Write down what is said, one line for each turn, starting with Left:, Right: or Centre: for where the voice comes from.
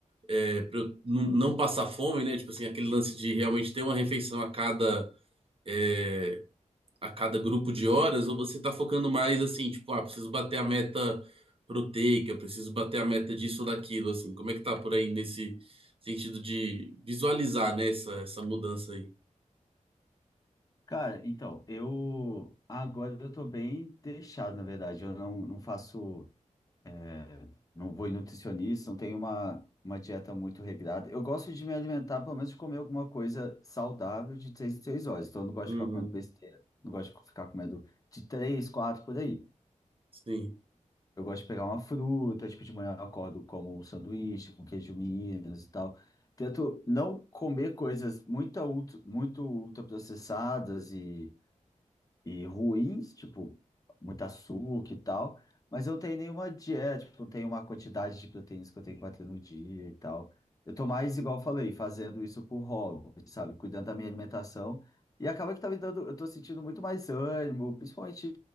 Right: é, pra eu não não passar fome, né? Tipo assim, aquele lance de realmente ter uma refeição a cada. eh, a cada grupo de horas, ou você tá focando mais assim, tipo, ah, preciso bater a meta proteica, preciso bater a meta disso ou daquilo, assim. Como é que tá por aí nesse sentido de visualizar, né, essa, essa mudança aí?
Left: Cara, então, eu agora eu tô bem deixado, na verdade. Eu não, não faço, é, não vou em nutricionista, não tenho uma, uma dieta muito regrada. Eu gosto de me alimentar, pelo menos de comer alguma coisa saudável de três em três horas. Então, eu não gosto
Right: Uhum,
Left: de ficar comendo besteira, não gosto de ficar comendo de três, quatro por aí.
Right: sim.
Left: Eu gosto de pegar uma fruta, tipo, de manhã eu acordo como um sanduíche com queijo Minas e tal. Tento não comer coisas muito, ultra- muito ultraprocessadas e e ruins, tipo, muito açúcar e tal, mas eu não tenho nenhuma dieta, tipo, não tenho uma quantidade de proteínas que eu tenho que bater no dia e tal. Eu tô mais, igual eu falei, fazendo isso por hobby, sabe? Cuidando da minha alimentação. E acaba que tá me dando, eu tô sentindo muito mais ânimo, principalmente,